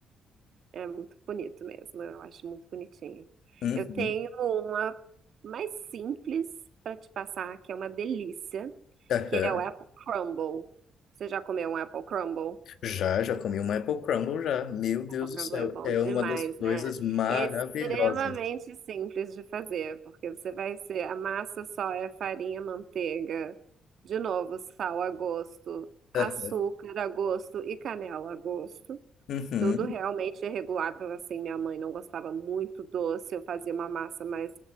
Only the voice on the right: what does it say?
É muito bonito mesmo, eu acho muito bonitinho.
Eu tenho uma mais simples para te passar, que é uma delícia,
que é o Apple Crumble. Você já comeu um Apple Crumble?
Pokéball
é bom
demais,
né?
E é extremamente simples de fazer, porque você vai ser, a massa só é farinha, manteiga, de novo, sal a gosto, açúcar
a gosto e canela a gosto.
Tudo realmente é regulável, assim, minha mãe não gostava muito doce, eu fazia uma massa mais